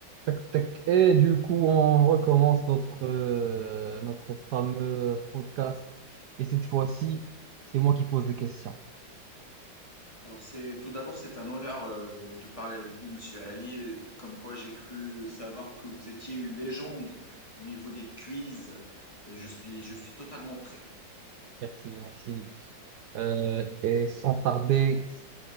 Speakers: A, on the right (about 70°); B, on the left (about 15°).
A: Tac, tac. Et du coup, on recommence notre, euh, notre fameux podcast. Et cette fois-ci, c'est moi qui pose les questions.
B: Alors c'est tout d'abord c'est un honneur euh, de parler avec vous, Monsieur Ali. Comme quoi j'ai cru savoir que vous étiez une légende au niveau des quiz. Je suis je suis totalement prêt.
A: Merci, merci. Euh, et sans tarder,